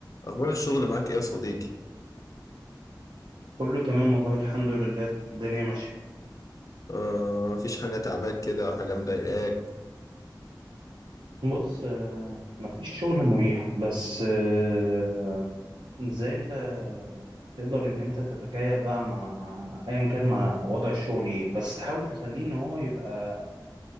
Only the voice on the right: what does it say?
كله تمام والله الحمد لله الدنيا ماشية
بص آه، مفيش شغل مريح بس آه، ازاي انت تقدر ان انت تتكيف بقى مع مع ايا كان مع وضع الشغل ايه بس تحاول تخليه ان هو يبقى